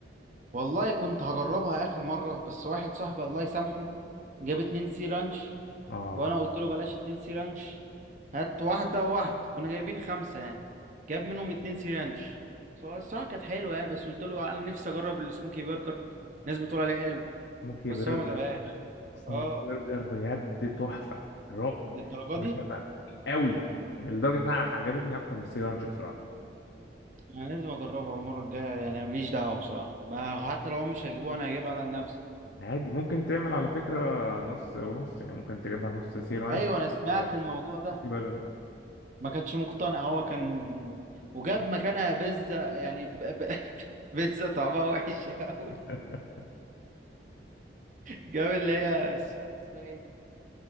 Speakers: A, on the right; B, on the left.
A: والله كنت هجربها اخر مره بس واحد صاحبي الله يسامحه جاب اتنين سي رانش
B: اه
A: وانا قلت له بلاش اتنين سي رانش هات واحده وواحد كنا جايبين خمسه يعني جاب منهم اتنين سي رانش فهو الصراحه كانت حلوه يعني بس قلت له انا نفسي اجرب السموكي برجر الناس بتقول عليه حلو
B: سموكي
A: بس
B: برجر
A: هو ما جابهاش
B: بجد سموكي
A: اه
B: برجر بجد تحفة رعب
A: للدرجه
B: مرعبة
A: دي
B: قوي يعني لدرجة انها عجبتني اكتر من السي رانش بصراحة
A: انا لازم اجربها المره الجايه يعني أنا ماليش دعوه بصراحه ما حتى لو هم مش هيجيبوه انا هجيبها على نفسي
B: عادي ممكن تعمل على فكرة نص ونص يعني ممكن تجيبها نص سي رانش
A: ايوه انا سمعت
B: ونص
A: الموضوع ده
B: سموكي برجر
A: ما كانش مقتنع هو كان وجاب مكانها بيتزا يعني ب... ب... <laughs> بيتزا طعمها وحش قوي
B: <laughs>
A: جاب اللي هي اس- اسمها ايه دي